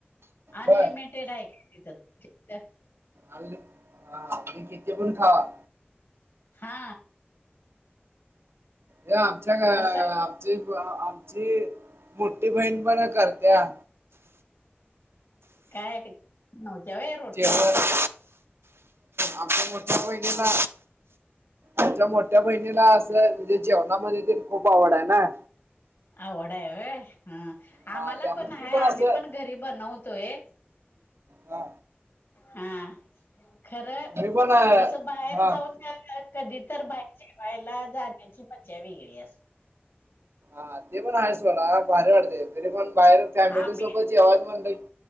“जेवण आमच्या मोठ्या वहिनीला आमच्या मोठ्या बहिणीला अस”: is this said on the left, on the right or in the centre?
Right